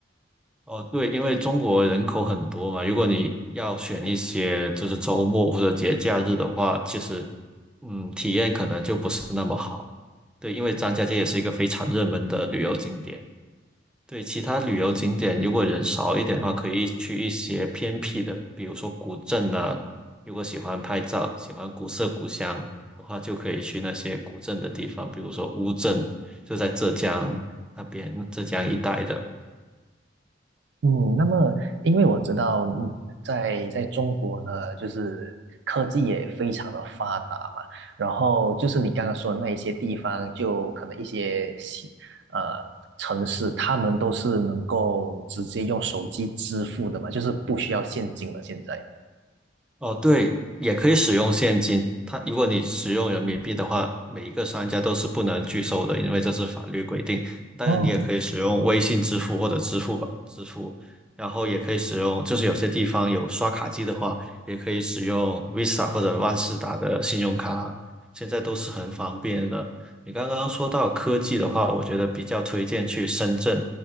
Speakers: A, in the centre; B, on the right.
A: 哦，对，因为中国人口很多嘛，如果你要选一些就是周末或者节假日的话，其实，嗯，体验可能就不是那么好。对，因为张家界也是一个非常热门的旅游景点。对，其他旅游景点如果人少一点的话，可以去一些偏僻的，比如说古镇啊。如果喜欢拍照、喜欢古色古香的话，就可以去那些古镇的地方，比如说乌镇，就在浙江那边，浙江一带的。
B: 嗯，那么因为我知道嗯在在中国呢，就是科技也非常的发达嘛，然后就是你刚刚说的那一些地方，就可能一些西呃城市，他们都是能够直接用手机支付的嘛，就是不需要现金了。现在，
A: 哦，对，也可以使用现金。它如果你使用人民币的话，每一个商家都是不能拒收的，因为这是法律规定。当然，
B: 哦，
A: 你也可以使用微信支付或者支付宝支付，然后也可以使用，就是有些地方有刷卡机的话，也可以使用 Visa 或者万事达的信用卡，现在都是很方便的。你刚刚说到科技的话，我觉得比较推荐去深圳。